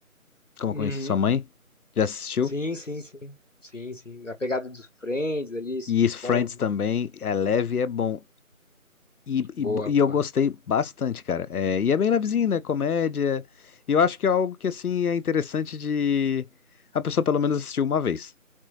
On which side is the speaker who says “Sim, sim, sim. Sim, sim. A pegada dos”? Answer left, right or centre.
Left